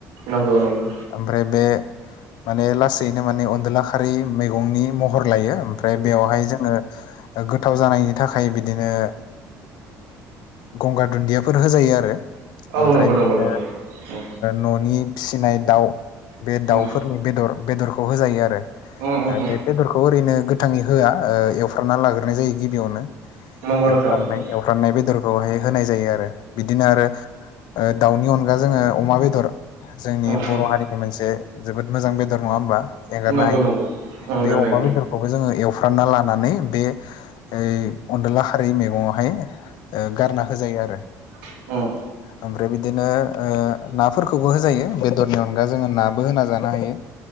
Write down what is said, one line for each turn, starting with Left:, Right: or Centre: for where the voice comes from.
Right: नंगौ नंगौ।
Left: ओमफ्राय बे माने लासैनो माने अनदला खारि मैगंनि महर लायो ओमफ्राय बेवहाय जोङो। गोथाव जानायनि थाखाय बिदिनो गंगार दुन्दियाफोर होजायो आरो
Right: औ
Left: ओमफ्राय
Right: नंगौ
Left: बिदिनो
Right: नंगौ नंगौ उम
Left: न'नि फिसिनाय दाउ बे
Right: उम
Left: दाउफोरनि बेदर बेदरखौ होजायो आरो
Right: उम उम
Left: बेदरखौ ओरैनो गोथाङै होआ एवफ्राबना लाग्रो हरनाय जायो गिबियावनो
Right: नंगौ नोंथां
Left: एवखारनाय
Right: उम
Left: एवफ्रान्नाय बेदरखौहाय होनाय जायो आरो बिदिनो आरो दाउनि अनगा जोङो अमा बेदर जोंनि
Right: उम
Left: बर'
Right: उम
Left: हारिनि मोनसे जोबोद मोजां बेदर नङा होमबा एंगारनो
Right: नंगौ
Left: हायो
Right: नंगौ उम
Left: बे
Right: गोरलैयैनो
Left: अमा बेदरखौबो जोङो एवफ्रानना लानानै बे इ अनदला खारै मैगङावहाय गारना होजायो आरो
Right: उम
Left: <inaudible> ओमफ्राय बिदिनो नाफोरखौबो होजायो बेदरनि अनगा जोङो नाबो होना जानो हायो।